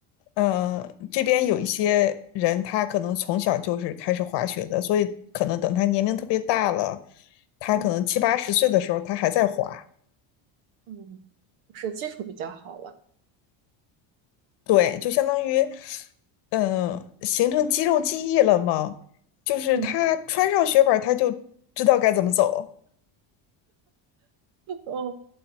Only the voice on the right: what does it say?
嗯
嗯，是基础比较好了。
嗯，
哦。